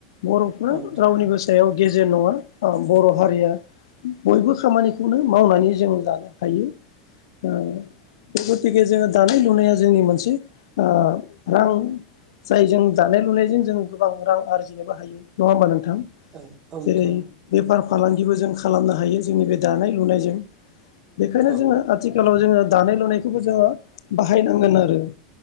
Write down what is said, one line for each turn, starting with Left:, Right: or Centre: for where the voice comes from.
Left: बर'फ्रा
Right: औ नोंथां
Left: रावनिबो सायाव गेजेर नङा ओ बर' हारिया बयबो खामानिखौनो मावनानै जों लानो हायो औ गथिखे जोङो दानाय लुनाया जोंनि मोनसे ओ रां जाय जों दानाय लुनायजों जों गोबां रां आरजिनोबो हायो नङा होमबा नों थां
Right: औ औ नोंथां
Left: जेरै बेफार फालांगिबो जों खालामनो हायो जोंनि बे दानाय लुनायजों बेखायनो
Right: औ
Left: जोङो आथिखालाव जोङो दानाय लुनायखौबो जोङो बाहायनांगोन आरो